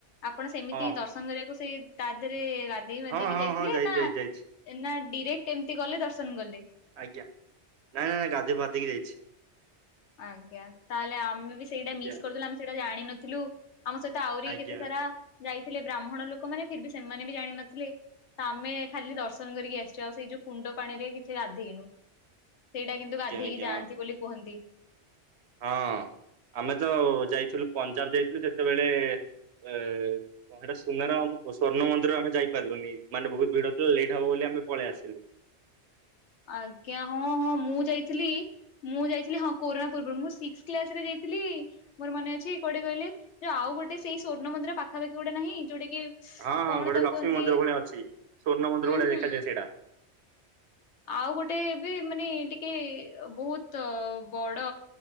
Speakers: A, on the left; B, on the right.
A: ଆପଣ ସେମିତି
B: ହଁ
A: ଦର୍ଶନ କରିବାକୁ ସେଇ ତା ଦେହରେ ଗାଧେଇ ବାଧେଇକି
B: ହଁ ହଁ
A: ଯାଇଥିଲେ
B: ହଁ ଯାଇଛି
A: ନା
B: ଯାଇଛି ଯାଇଛି
A: ନା ଡିରେକ୍ଟ ଏମତି ଗଲେ ଦର୍ଶନ ଗଲେ।
B: ଆଜ୍ଞା, ନାଇ ନାଇ ନାଇ ଗାଧେଇ ଫାଦେଇ କି ଯାଇଛି।
A: ଆଜ୍ଞା ତାହେଲେ ଆମେ ବି ସେଇଟା
B: ଆଜ୍ଞା
A: ମିସ୍ କରିଦେଲୁ ଆମେ ସେଇଟା ଜାଣିନଥିଲୁ। ଆମ ସହିତ ଆହୁରି
B: ଆଜ୍ଞା
A: କେତେ ସାରା ଯାଇଥିଲେ ବ୍ରାହ୍ମଣ ଲୋକମାନେ ଫେର ବି ସେମାନେ ବି ଜାଣିନଥିଲେ। ତ ଆମେ ଖାଲି ଦର୍ଶନ କରିକି ଆସିଛୁ, ଆଉ ସେଇ ଯୋଉ କୁଣ୍ଡ ପାଣିରେ କିଛି ଗାଧେଇନୁ। ସେଇଟା କିନ୍ତୁ ଗାଧେଇକି
B: ଆଜ୍ଞା ଆଜ୍ଞା
A: ଯାଆନ୍ତି ବୋଲି କୁହନ୍ତି।
B: ହଁ ଆମେ ତ ଯାଇଥିଲୁ, ପଞ୍ଜାବ ଯାଇଥିଲୁ, ସେତେବେଳେ ଏ କଣ ସେଟା ସୁନାର ସ୍ଵର୍ଣ୍ଣ ମନ୍ଦିର ଆମେ ଯାଇପାରିଲୁନି ମାନେ ବହୁତ ଭିଡ ଥିଲା ଲେଟ୍ ହବ ବୋଲି ଆମେ ପଳେଇ ଆସିଲୁ।
A: <inaudible> ଆଜ୍ଞା, ହଁ ହଁ ମୁଁ ଯାଇଥିଲି, ମୁଁ ଯାଇଥିଲି ହଁ କୋରନା ପୂର୍ବରୁ, ମୁଁ ସିକ୍ସ କ୍ଲାସ ରେ ଯାଇ ଥିଲି, ମୋର ମନେ ଅଛି କୋଉଟା କହିଲେ, ଯେ ଆଉ ଗୋଟେ ସେଇ ସ୍ଵର୍ଣ୍ଣ ମନ୍ଦିର ପାଖାପାଖି ଗୋଟେ ନାହିଁ ଯୋଉଟା କି
B: ହଁ ହଁ
A: କଣ
B: ଗୋଟେ
A: ତାକୁ
B: ଲକ୍ଷ୍ମୀ
A: କୁହନ୍ତି?
B: ମନ୍ଦିର ଭଳିଆ ଅଛି ସ୍ଵର୍ଣ୍ଣ ମନ୍ଦିର
A: ଉଁ
B: ଭଳିଆ
A: ହୁଁ
B: ଦେଖାଯାଏ ସେଇଟା
A: ଆଉ ଗୋଟେ ଏବେ ମାନେ ଟିକେ ବହୁତ୍, ବଡ